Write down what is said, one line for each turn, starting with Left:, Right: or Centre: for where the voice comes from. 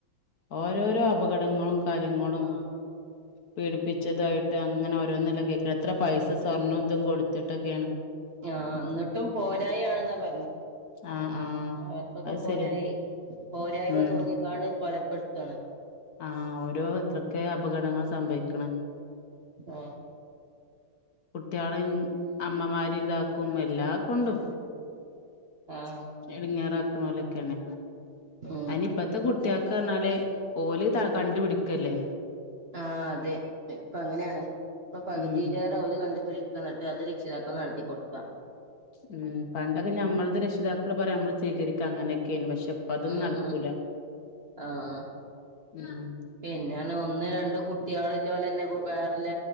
Left: ഓരോരോ അപകടങ്ങളും കാര്യങ്ങളും
Right: ഉം
Left: പീഡപ്പിച്ചതായിട്ട് അങ്ങനെ ഓരോന്നല്ലെ കേക്ക, എത്ര പൈസ സ്വർണ്ണും തും കൊട്ത്ത്ട്ടൊക്കേണ്
Right: ആഹ് ന്ന്ട്ടും പോരായാണ്ന്നാ പർഞ്ഞ
Left: ആഹ് ആഹ്
Right: അവർക്കൊക്കെ
Left: അത്
Right: പോരായി,
Left: ശരിയാ
Right: പോരായ്മ
Left: ഉം
Right: തോന്നിക്കാണ്ട് കൊലപ്പെട്ത്താണ്.
Left: ആഹ് ഓരോ എത്രൊക്കേ അപകടങ്ങള് സംഭവിക്ക്ണ്.
Right: ആഹ്
Left: കുട്ട്യാളിം അമ്മമാരിം ഇതാക്കും എല്ലാ കൊണ്ടും
Right: ആഹ്
Left: എട്ങ്ങേറാക്ക്ണോലൊക്കേണ്.
Right: ഉം
Left: അയ്നിപ്പത്തെ കുട്ട്യാ ക്കർഞ്ഞാല് ഓല് ത കണ്ടുപിടിക്കല്ലേ.
Right: ആ അതെ ഇപ്പൊ അങ്ങനെയാണ് ഇപ്പൊ പകുതിയിലേറെ
Left: ഉം
Right: ഓല് കണ്ടുപിടിക്കാണ് അത് രക്ഷിതാക്കൾ നടത്തി കൊടുത്ത
Left: ഉം പണ്ടൊക്കെ ഞമ്മൾടെ രക്ഷിതാക്കൾ പറയും നമ്മൾ സ്വീകരിക്കാ അങ്ങനെയൊക്കെയ്നു പക്ഷെ ഇപ്പൊ അതൊന്നും
Right: ഉം
Left: നടക്കൂല
Right: ഉം ആഹ്
Left: ഉം
Right: പിന്നെയാണ് ഒന്ന് രണ്ട് കുട്ടികള് ഇല്ലോല് തന്നെ വേറെല്ല